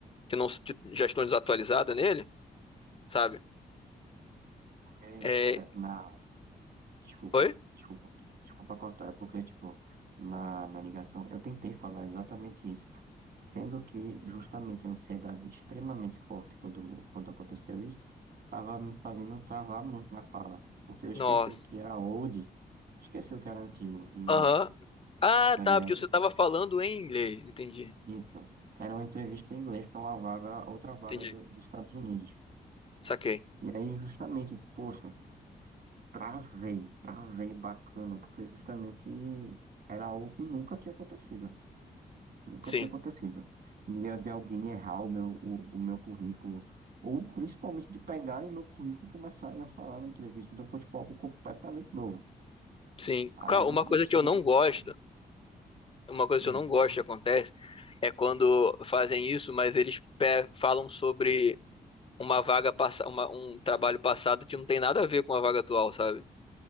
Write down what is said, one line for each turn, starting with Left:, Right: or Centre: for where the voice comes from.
Left: que não que já estão desatualizadas nele, sabe?
Right: Porque
Left: É,
Right: de cer- na Desculpa,
Left: oi?
Right: desculpa, desculpa cortar, é porque, tipo, na, na ligação eu tentei falar exatamente isso, sendo que justamente a ansiedade extremamente forte quando, quando aconteceu isso, tava me fazendo travar muito na fala, porque eu esqueci
Left: Nossa.
Right: o que era old, esqueci o que era antigo em inglês,
Left: Aham. Ah,
Right: tá
Left: tá,
Right: ligado?
Left: porque você estava falando em inglês. Entendi.
Right: Isso, era uma entrevista em inglês para uma vaga, outra vaga
Left: Entendi.
Right: do- dos Estados Unidos.
Left: Saquei.
Right: E aí, justamente, poxa, Travei, travei bacana, porque justamente era algo que nunca tinha acontecido. Nunca
Left: Sim.
Right: tinha acontecido. Dia de alguém errar o meu, o, o meu currículo, ou principalmente de pegarem meu currículo e começarem a falar na entrevista. Então foi tipo algo completamente novo.
Left: Sim.
Right: Aí,
Left: Ca- Uma coisa
Right: isso
Left: que eu
Right: já
Left: não gosto,
Right: já só.
Left: uma coisa
Right: Hum,
Left: que eu não gosto que acontece é quando fazem isso, mas eles pe- falam sobre uma vaga passa, um trabalho passado que não tem nada a ver com a vaga atual, sabe?